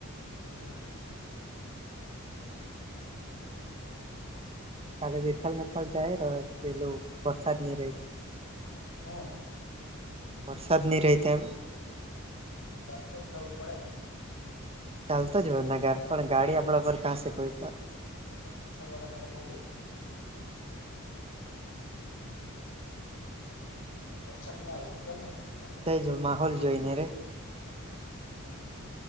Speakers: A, on the left; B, on the right.
A: હમ.
B: ખાલી તિથલ બીથલ જાયે રે પહેલું વરસાદ ની રેય તો.
A: હા.
B: વરસાદ ની રેય તેમ
A: ચાલતા જ જવું પડે.
B: ચાલતો જ બ ના ઘર પણ ગાડી આપણા પરર કાંસે કોઈ
A: રિક્ષા વાલા હ બહુ લે વરસાદ નહી આવે તો જવાય ફરવા
B: જો માહોલ જોઈને રે.
A: હા